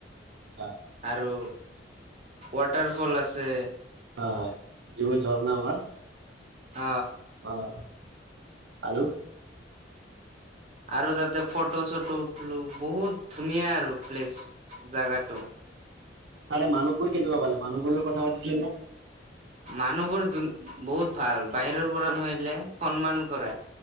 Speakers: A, on the right (about 70°); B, on the right (about 40°).
A: আচ্ছা হয়,
B: আৰু ৱাটাৰ ফল আছে
A: হয়, যিবোৰ ঝৰ্ণা আমাৰ
B: অ,
A: আহ, আৰু?
B: আৰু তাতে ফটো চটো উঠিলো বহুত ধুনীয়া আৰু প্লেচ জাগাটো
A: তাৰে মানুহবোৰ কেনেকুৱা পালে মানুহবোৰৰ লগত কথা পাতিছিলে নে?
B: মানুহবোৰ বহুত ভাল বাহিৰৰ পৰা মানুহআহিলে সন্মান কৰে।
A: হয়,